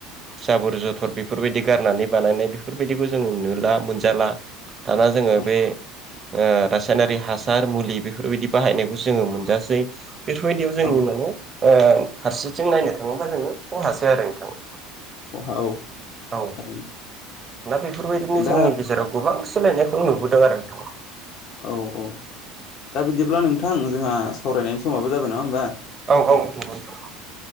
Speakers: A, on the right; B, on the left.
A: जाबोर जथर बेफोरबायदि गारनानै बानायनाय बेफोरबायदिबो जोङो नुला मोनजाला दाना जोङो
B: औ
A: बे ओ रासायनारि हासार मुलि बेफोरबायदि बाहायनायखौसो जोङो मोन जासै बेफोरबायदियाव जोंनि
B: औ
A: माने ओं फारसेथिं नायनो थाङोबा जोङो खहासो आरो नोंथां।
B: खहा औ थारैनो।
A: औ दा बेफोरबायदिनो
B: दा
A: जोंनि गेजेराव गोबां सोलायनायखौ नुबोदों आरो नोंथां।
B: औ औ दा बिदिब्ला नोंथां जोंहा सावरायनायनि समाबो जाबाय नङा होमबा।
A: औ औ नंगौथ'।